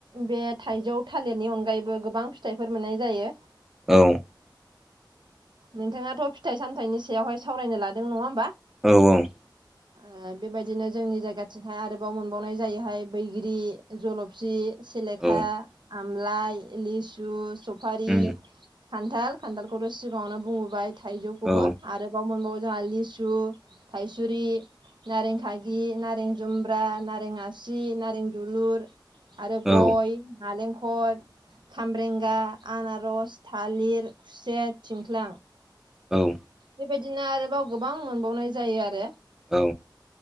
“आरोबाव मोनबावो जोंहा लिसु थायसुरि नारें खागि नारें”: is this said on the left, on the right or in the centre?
Right